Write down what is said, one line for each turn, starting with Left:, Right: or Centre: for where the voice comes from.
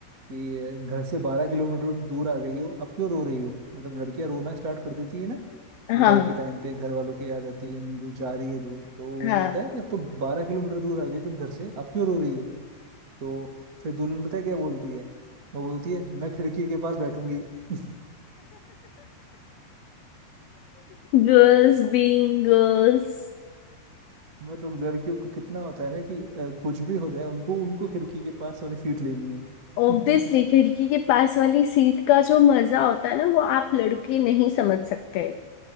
Right: कि घर से बारह किलोमीटर दूर आ गई हो अब क्यों रो रही हो मतलब लड़कियां रोना स्टार्ट कर देती है ना विदाई
Left: हाँ
Right: के टाइम पे घर वालों की याद आती है दूर जा रही है दूर तो वो
Left: हाँ
Right: बोलता है कि अब तो बारह किलोमीटर दूर आ गई तुम घर से अब क्यों रो रही हो तो फिर दुल्हन पता है क्या बोलती है वो बोलती है मैं खिड़की के पास बैठूंगी <laughs>
Left: Girls being girls
Right: मतलब लड़कियों को कितना होता है ना कि अ, कुछ भी हो जाए उनको उनको खिड़की के पास वाली सीट लेनी है
Left: ऑब्वियसली
Right: <laughs>
Left: खिड़की के पास वाली सीट का जो मजा होता है ना वो आप लड़के नहीं समझ सकते